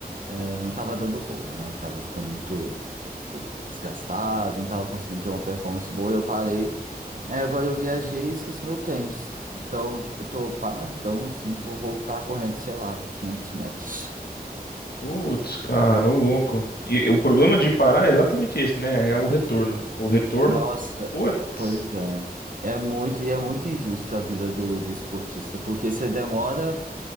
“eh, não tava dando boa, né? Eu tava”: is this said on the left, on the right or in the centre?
Right